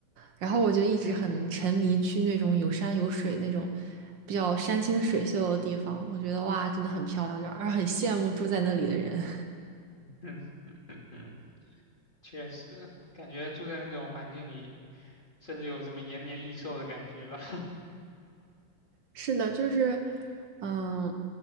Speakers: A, on the right (about 70°); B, on the left (about 25°).
A: 然后我就一直很沉迷去那种有山有水那种比较山清水秀的地方，我觉得哇，真的很漂亮，就而很羡慕住在那里的人。
B: <laughs> 嗯嗯嗯，<laughs> 确实，感觉住在那种环境里。甚至有什么延年益寿的感觉吧。
A: 是的，就是，嗯，